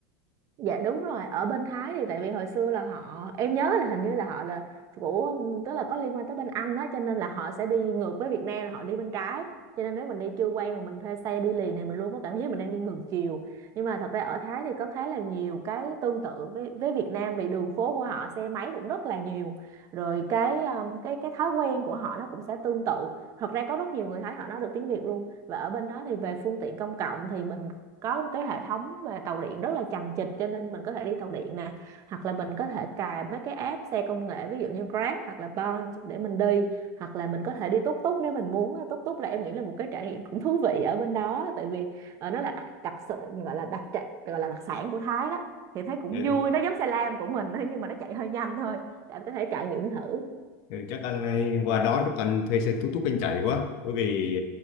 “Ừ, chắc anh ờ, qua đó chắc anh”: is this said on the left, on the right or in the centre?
Left